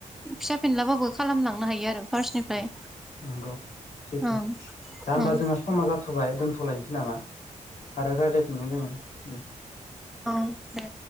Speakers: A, in the centre; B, on the left.
A: फिसा फिनलाबाबो खालामलांनो हायो आरो फार्स्टनिफ्राय।
B: नंगौ सैथो।
A: ओं
B: दा होमबा
A: ओं
B: जोंहा समा जाथ'बाय दोनथ दथ'लायनोसै नामा? आरो रायज्लायफिनगोन जोङो। ओम।
A: औ दे।